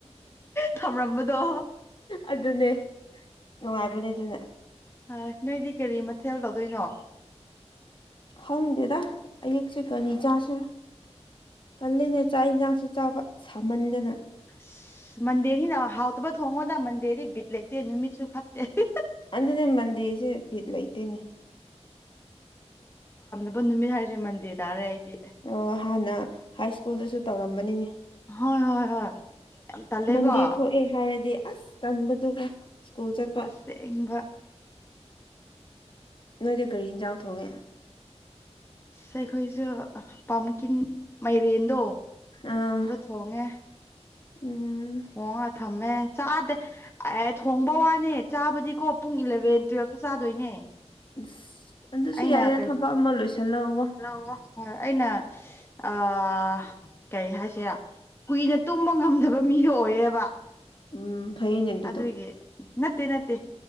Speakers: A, on the left; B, on the left.
A: ꯊꯝꯔꯝꯕꯗꯣ
B: ꯑꯗꯨꯅꯦ ꯅꯨꯡꯉꯥꯏꯕꯅꯦ ꯑꯗꯨꯅ
A: ꯑ ꯅꯣꯏꯗꯤ ꯀꯔꯤ ꯃꯊꯦꯜ ꯇꯧꯗꯣꯏꯅꯣ
B: ꯈꯪꯗꯦꯗ ꯑꯌꯨꯛꯁꯦ ꯀꯔꯤ ꯆꯥꯁꯤꯔ ꯀꯜꯂꯤꯅꯦ ꯆꯥꯛ ꯏꯟꯖꯥꯡꯁꯨ ꯆꯥꯕ ꯁꯥꯃꯟꯗꯅ
A: ꯑꯁ ꯃꯟꯗꯦꯅꯤꯅ ꯍꯥꯎꯇꯕ ꯊꯣꯡꯉꯣꯗ ꯃꯟꯗꯦꯗꯤ ꯕꯤꯠ ꯂꯩꯇꯦ ꯅꯨꯃꯤꯠꯁꯨ ꯐꯠꯇꯦ ꯑꯍꯤ ꯍꯤ
B: ꯑꯗꯨꯅꯦ ꯃꯟꯗꯦꯁꯦ ꯕꯤꯠ ꯂꯩꯇꯦꯅꯦ
A: ꯑꯗꯣ ꯅꯨꯃꯤꯠ ꯍꯥꯏꯁꯦ ꯃꯟꯗꯦ ꯇꯥꯔꯦ ꯑꯩꯗꯤ
B: ꯑ ꯍꯥꯟꯅ ꯍꯥꯏ ꯁ꯭ꯀꯨꯜꯗꯁꯨ ꯇꯧꯔꯝꯕꯅꯤꯅꯦ
A: ꯍꯣꯏ ꯍꯣꯏ ꯍꯣꯏ ꯌꯥꯝ ꯇꯜꯂꯦꯀꯣ
B: ꯃꯟꯗꯤꯔ ꯊꯣꯛꯑꯦ ꯍꯥꯏꯔꯗꯤ ꯑꯁ ꯇꯟꯕꯗꯨꯒ ꯁ꯭ꯀꯨꯜ ꯆꯠꯄ
A: ꯑꯁꯦꯡꯕ
B: ꯅꯣꯏꯗꯤ ꯀꯔꯤ ꯏꯟꯖꯥꯡ ꯊꯣꯡꯉꯦ
A: ꯁꯩꯈꯣꯏꯁꯨ ꯄꯝꯀꯤꯟ ꯃꯥꯏꯔꯦꯟꯗꯣ
B: ꯑꯥ
A: ꯑꯗꯨ ꯊꯣꯡꯉꯦ
B: ꯎꯝ
A: ꯊꯣꯡꯉꯥ ꯊꯝꯃꯦ ꯆꯥꯗꯦ ꯑꯦ ꯊꯣꯡꯕ ꯋꯥꯅꯦ ꯆꯥꯕꯗꯤꯀꯣ ꯄꯨꯡ ꯏꯂꯚꯦꯟ ꯇꯨꯋꯦꯜꯞꯇ ꯆꯥꯗꯣꯏꯅꯦ
B: ꯑꯁ ꯑꯗꯨꯁꯨ
A: ꯑꯩꯅ
B: ꯌꯥꯏꯗ
A: ꯀꯩ
B: ꯊꯕꯛ ꯑꯃ ꯂꯣꯏꯁꯤꯜꯂꯒꯀꯣ
A: ꯂꯧꯕ ꯑꯩꯅ ꯁ ꯑ ꯀꯩ ꯍꯥꯏꯁꯤꯔꯥ ꯀꯨꯏꯅ ꯇꯨꯝꯕ ꯉꯝꯗꯕ ꯃꯤꯗꯣ ꯑꯣꯏꯌꯦꯕ
B: ꯎꯝ ꯐꯩꯌꯦꯅꯦ ꯗꯨꯗꯨ
A: ꯑꯗꯨꯒꯤ ꯅꯠꯇꯦ ꯅꯠꯇꯦ